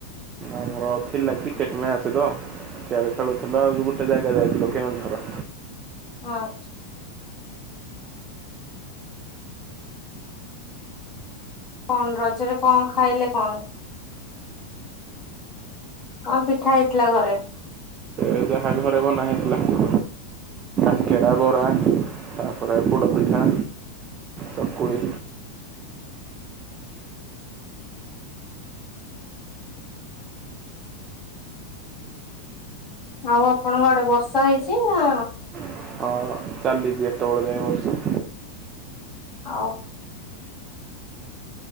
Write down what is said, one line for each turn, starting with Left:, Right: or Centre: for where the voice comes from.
Right: ଆମର ଥିଲା କ୍ରିକେଟ୍ ମ୍ୟାଚ୍ ତ ସିଆଡ଼େ ଖେଳୁଥିଲ ଆଉଉ ଗୋଟେ ଜାଗା ଯାଇଥିଲ କେଉଁଝର।
Left: ହଁ। କଣ ରଜରେ କଣ ଖାଇଲେ କଣ? କଣ ପିଠା ହେଇଥିଲା ଘରେ?
Right: <inaudible> କାକରା ବରା ତାପରେ ପୋଡ଼ପିଠା ଚକଳି।
Left: ଆଉ ଆପଣଙ୍କ ଗୋଟେ ବର୍ଷା ହେଇଛି ନା
Right: ହଁ। <inaudible>
Left: ହଉ।